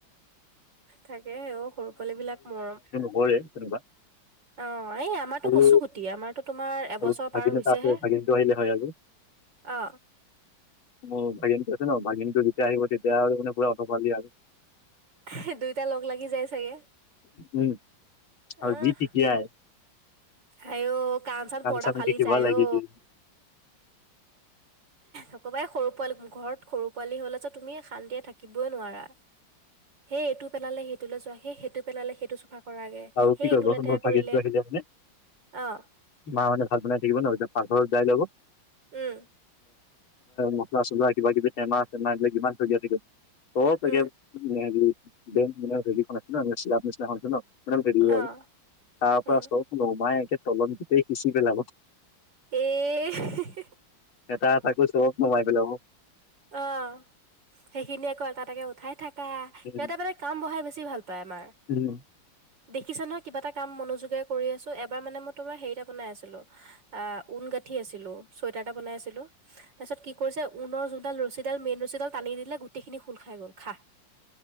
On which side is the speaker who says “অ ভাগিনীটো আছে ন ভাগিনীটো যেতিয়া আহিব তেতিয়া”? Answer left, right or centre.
Left